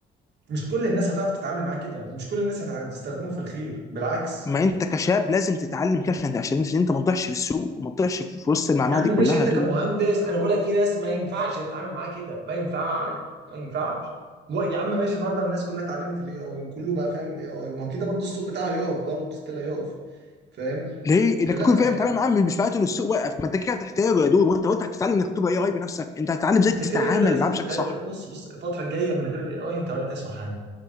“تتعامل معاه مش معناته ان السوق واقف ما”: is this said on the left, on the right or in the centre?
Left